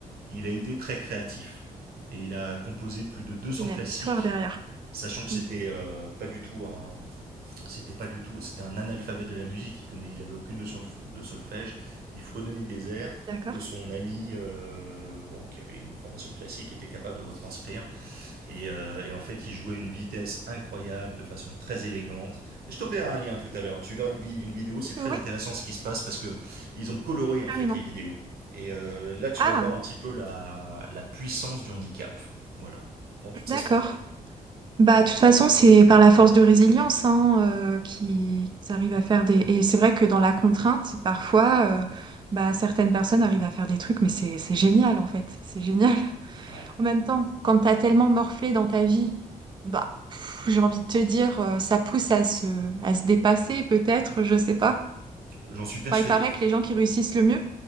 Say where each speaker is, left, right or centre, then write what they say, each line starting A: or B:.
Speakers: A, on the right; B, on the right.
A: il a été très créatif. Et il a composé plus de 200
B: Il y
A: classiques,
B: a une histoire derrière.
A: sachant que
B: Hmm.
A: c'était euh, pas du tout un, c'était pas du tout, c'était un analphabète de la musique. Il connaît, il avait aucune notion de, de solfège. Il fredonnait des airs
B: D'accord.
A: que son ami, euh, bon, qui avait une formation classique, était capable de retranscrire. Et, euh, et en fait, il jouait une vitesse incroyable, de façon très élégante. Et je t'enverrai un lien tout à l'heure. Tu verras une, vi- une vidéo. C'est très
B: Oui,
A: intéressant ce qui se passe parce que ils ont coloré en
B: carrément.
A: fait les vidéos. Et euh, là, tu
B: Ah,
A: vas voir un petit peu la, la puissance du handicap. Voilà, dans toute
B: d'accord.
A: sa splendeur.
B: Bah, de toute façon, c'est par la force de résilience hein, euh, qu'ils arrivent à faire des... Et c'est vrai que dans la contrainte, parfois, euh, bah, certaines personnes arrivent à faire des trucs, mais c'est c'est génial en fait. C'est génial. <laughs>
A: Ouais.
B: En même temps, quand t'as tellement morflé dans ta vie, bah, pff, j'ai envie de te dire, euh, ça pousse à se, à se dépasser peut-être, je sais pas.
A: J'en suis persuadé.
B: Enfin, il paraît que les gens qui réussissent le mieux,